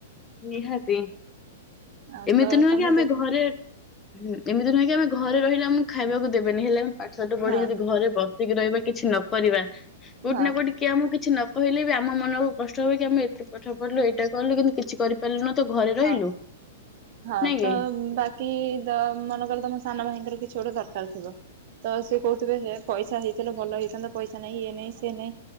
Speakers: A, on the left; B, on the right.
A: ନିହାତି
B: ଆଉ
A: ଏମିତି
B: ତ
A: ନୁହଁ
B: ତମେ
A: କି ଆମେ
B: ଦେଖ
A: ଘରେ ହୁଁ ଏମିତି ନୁହଁ କି ଆମେ ଘରେ ରହିଲେ ଆମକୁ ଖାଇବାକୁ ଦେବେନି ହେଲେ ଆମେ ଯଦି ପାଠଶାଠ ପଢ଼ିକି
B: ହଁ
A: ଯଦି ଘରେ ବ ବସିକି ରହିବା କିଛି ନକରିବା କୋଉଠି
B: ହଁ
A: ନା କୋଉଠି କି ଆମ କୁ କିଛି ନ କହିଲେ ବି ଆମ ମନକୁ କଷ୍ଟ ହବ କି ଆମେ ଏତେ ପାଠ ପଢିଲୁ ଏଇଟା କଲୁ କିନ୍ତୁ କିଛି <unintelligible> ତୁ ଘରେ ରହିଲୁ।
B: ହଁ ହଁ
A: ନାଇଁ କି?
B: ତ ବାକି ଦ ମନେକର ତମ ସାନ ଭାଇଙ୍କର କିଛି ଗୋଟେ ଦରକାର୍ ଥିବ। ତ ସେ କହୁଥିବେ ହେ ପଇସା ହେଇଥିଲେ ଭଲ ହେଇଥାନ୍ତା ପଇସା ନାହିଁ ଏ ନାଇଁ ସେ ନାହିଁ